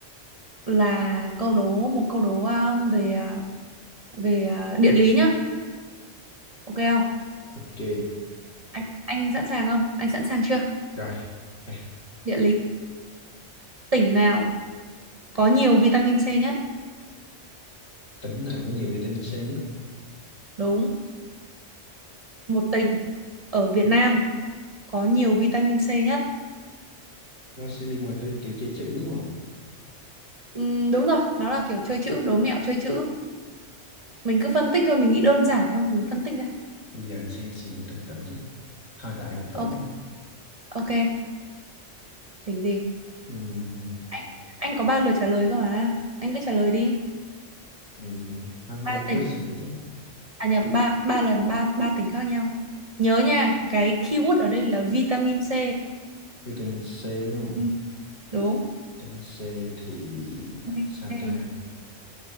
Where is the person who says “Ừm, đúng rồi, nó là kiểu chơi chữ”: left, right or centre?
Right